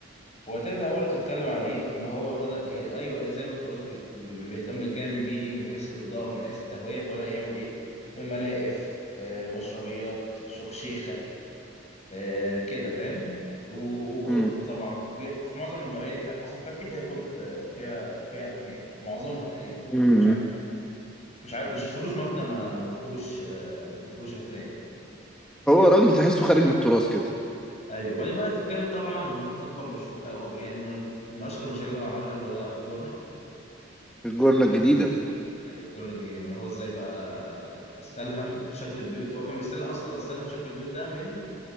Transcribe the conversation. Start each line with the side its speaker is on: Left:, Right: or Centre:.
Left: وهتبدأ برضه تتكلم عن إيه إن هو بدأ إيه أيوه زي ما أنت قلت بيج- ب- بيهتم بالجانب البيئي من حيث الإضاءة ومن حيث التهوية فبدأ يعمل إيه ملاقف آه، مشربيات شخشيخة آه، كده فاهم و- وكورت
Centre: مم.
Left: طبعا وبي- في معظم المباني بتاعت حسن فتحي فيها كورت آه، فيها فيها أفنية معظمها تقريبا
Centre: مم.
Left: مش عارف مش عارف مش هتقولوش مبنى ما ما فيهوش آه، ما فيهوش أفنية
Centre: هو راجل تحسه خارج من التراث كده
Left: ايوه وبعدين بقى تتكلم طبعا عن مش- اكبر مشروع أو أو يعني من من اشهر المشاريع اللي هو عملها اللي هو الجورنة
Centre: الجنه الجديده
Left: ايوه الكورنيجي ان هو ازاي بقى استلهم شكل البيوت هو كان بيستلهم اصلا استلهم شكل البيوت ده من